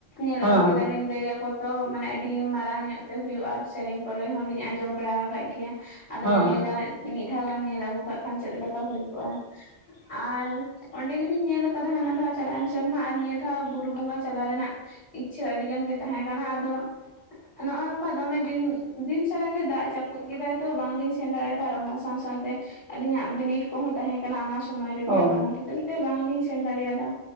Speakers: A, on the left; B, on the right.
A: ᱧᱮᱞ
B: ᱦᱮᱸ
A: ᱟᱹᱜᱩ ᱠᱮᱫᱟᱞᱤᱧᱼᱼ ᱞᱟᱹᱭ ᱟᱠᱚ ᱛᱚ ᱢᱟᱱᱮ ᱟᱹᱰᱤ ᱢᱟᱨᱟᱝ ᱧᱚᱜ ᱛᱮ ᱦᱩᱭᱩᱜᱼᱟ ᱟᱨ ᱥᱮᱨᱮᱧ ᱠᱚᱨᱮ ᱦᱚᱸᱞᱤᱧ ᱟᱸᱡᱚᱢ ᱵᱟᱲᱟ ᱟᱠᱟᱫ ᱜᱮᱭᱟ᱾ ᱟᱫᱚᱞᱤᱧ
B: ᱦᱮᱸ ᱦᱮᱸ
A: ᱞᱟᱹᱭ ᱮᱟ ᱢᱤᱫ ᱫᱷᱟᱣ ᱜᱟᱱ ᱧᱮᱞ ᱟᱹᱜᱩ ᱠᱟᱜ ᱠᱷᱟᱱ ᱪᱮᱫ ᱞᱮᱠᱟ ᱦᱩᱭ ᱠᱚᱜᱼᱟ ᱟᱨᱼᱼ ᱚᱸᱰᱮ ᱜᱮᱞᱤᱧ ᱧᱮᱞ ᱟᱠᱟᱫᱟ ᱦᱟᱱᱟ ᱫᱷᱟ ᱪᱟᱞᱟᱣᱮᱱ ᱥᱮᱨᱢᱟ ᱟᱨ ᱱᱤᱭᱟᱹ ᱫᱷᱟᱣ ᱵᱩᱨᱩ ᱵᱚᱸᱜᱟ ᱪᱟᱞᱟᱣ ᱨᱮᱱᱟᱜᱼᱼ ᱤᱪᱪᱷᱟᱹ ᱟᱹᱰᱤᱜᱟᱱ ᱜᱮ ᱛᱟᱦᱮᱸ ᱠᱟᱱᱟ ᱟᱫᱚᱼᱼ ᱱᱚᱜᱼᱚ ᱱᱚᱝᱼᱠᱟ ᱫᱚᱢᱮ ᱫᱤᱱ ᱫᱤᱱ ᱥᱟᱨᱟᱜ ᱜᱮ ᱫᱟᱜ ᱡᱟᱯᱩᱫ ᱠᱮᱫᱟᱭ ᱛᱚ ᱵᱟᱝᱞᱤᱧ ᱥᱮᱱ ᱫᱟᱲᱮᱭᱟᱫᱟ ᱟᱨ ᱚᱱᱟ ᱥᱟᱶ ᱥᱟᱶ ᱛᱮ ᱟᱹᱞᱤᱧᱟᱜ ᱵᱤᱱᱤᱰᱼᱼ ᱠᱚᱦᱚᱸ ᱛᱟᱦᱮᱸ ᱠᱟᱱᱟ ᱚᱱᱟ ᱥᱚᱢᱚᱭ ᱨᱮᱜᱮ
B: ᱚ
A: ᱟᱫᱚ ᱚᱱᱟ ᱠᱷᱟᱹᱛᱤᱨ ᱛᱮ ᱵᱟᱝᱞᱤᱧ ᱥᱮᱱ ᱫᱟᱲᱮᱭᱟᱫᱟ